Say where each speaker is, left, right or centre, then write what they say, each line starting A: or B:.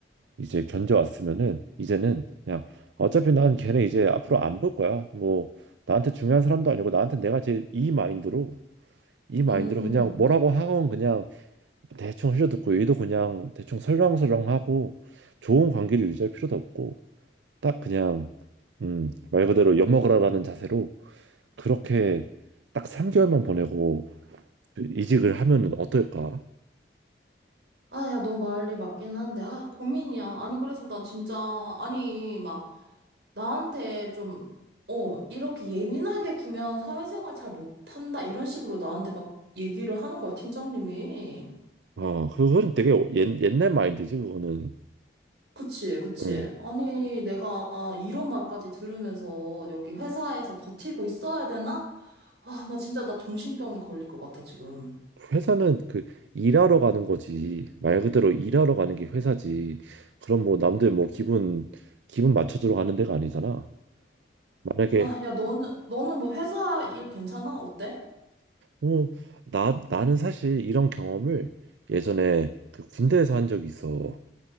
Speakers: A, on the right; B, on the right.
A: 이제 견뎌왔으면은 이제는 그냥 어차피 난 걔네 이제 앞으로 안 볼 거야. 뭐 나한테 중요한 사람도 아니고 나한테 내가 제 이 마인드로 이 마인드로
B: 음.
A: 그냥 뭐라고 하건 그냥 대충 흘려듣고 얘도 그냥 대충 설렁설렁하고 좋은 관계를 유지할 필요도 없고 딱 그냥 음, 말 그대로 엿먹으라라는 자세로 그렇게 딱 3개월만 보내고 그 이직을 하면은 어떨까?
B: 아, 야, 너 말이 맞긴 한데, 아, 고민이야. 아니, 그래서 난 진짜, 아니, 막, 나한테 좀, 어, 이렇게 예민하게 구면 사회생활 잘 못한다, 이런 식으로 나한테 막 얘기를 하는 거야, 팀장님이.
A: 아, 그거는 되게 옛, 옛날 마인드지 그거는.
B: 그치, 그치.
A: 응.
B: 아니, 내가 이런 말까지 들으면서 여기 회사에서 버티고 있어야 되나? 아, 나 진짜 나 정신병이 걸릴 것 같아, 지금.
A: 회사는 그 일하러 가는 거지. 말 그대로 일하러 가는 게 회사지. 그럼 뭐 남들 뭐 기분 기분 맞춰주러 가는 데가 아니잖아. 만약에
B: 아, 야, 너는, 너는 뭐 회사 일 괜찮아? 어때?
A: 어, 나 나는 사실 이런 경험을 예전에 그 군대에서 한 적이 있어.